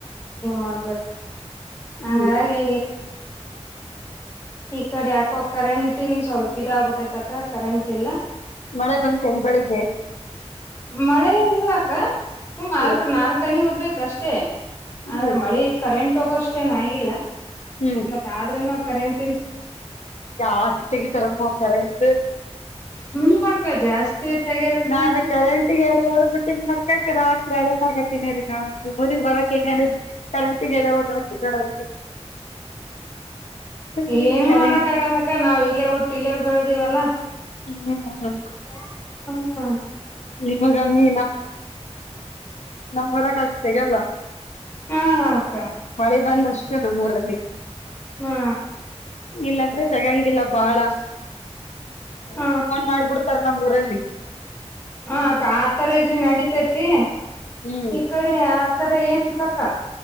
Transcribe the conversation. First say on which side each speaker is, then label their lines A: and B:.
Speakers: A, on the left; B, on the left.
A: ಮಾಡ್ಬೇ ಹಂಗಾಗಿ
B: ಹ್ಮ್
A: ಈ ಕಡೆ ಯಾಕೋ ಕರೆಂಟ್ ಇನ್ ಸ್ವಲ್ಪ ಇದ ಆಗ್ಬಿಟ್ಟೆ ಕರೆಂಟ್ ಇಲ್ಲ.
B: ಮಳೆ ಬಂತ ಬೆಳಿಗ್ಗೆ.
A: ಮಳೆನ ಸುಮ್ ನಾಲ್ಕ
B: ಹ್ಮ್
A: ನಾಲ್ಕನಿ ಅಷ್ಟೇ ಆದ್ರೆ
B: ಹ್ಮ್
A: ಮಳಿ ಕರೆಂಟ್ ಹೋಗೋಷ್ಟೇನ ಆಗಿಲ್ಲ
B: ಹ್ಮ್
A: ಮತ್ತ ಆದ್ರೂನು ಕರೆಂಟ್
B: ಜಾಸ್ತಿ ತಗಿ ತರ ಕರೆಂಟ್.
A: ಹ್ಮ ಉಂಟ ಜಾಸ್ತಿ ತೆಗೋದ್ರಿಂದಾನೇ
B: ನಾನು ಕರೆಂಟ್ಗೆಡೆ ಹೊಡ್ಬಿಟ್ಟನ್ ಮಕ್ಕಾಕಲ್ಲ. ಆತ್ರಡ ಆಗತ್ತಿನ ರೀ ನಾ ಬರ ಕರೆಂಟಡ ಹ. ಹ್ಮ್
A: ಏನು
B: ಕರೆಂಟ್
A: ಮಾಡಕ್ ಆಗಲ್ಲಕ್ಕ ನಾವ ಇಲ್ಲೇ ಹುಟ್ಟಿಲ್ಲೆ ಬೆಳೆದೇವಲ್ಲಾ.
B: ಹ್ಮ್ ಹ್ಮ್.
A: ಹೂ..
B: ನಿಮಗ ನೀ ಮರಾಗಷ್ಟತ
A: ಹ ಅಕ್ಕ
B: ಮಳೆ ಬಂದಷ್ಟೇ ಅದು ಊರಲ್ಲಿ
A: ಹಾ
B: ಇಲ್ಲಾಂದ್ರೆ ತೆಗಂಗಿಲ್ಲ. ಬಹಳ.
A: ಹ.
B: ಮಾಡ್ಬಿಡ್ತಾರ ನಮ್ಮೂರಲ್ಲಿ
A: ಹ ಆತರ ಇದ್ರೆ ನಡಿತೈ ತ್ತೆ
B: ಹ್ಮ್
A: ಈ ಕಡೆ ಆ ತರ ಏನ್ ಇಲ್ಲಕ್ಕ.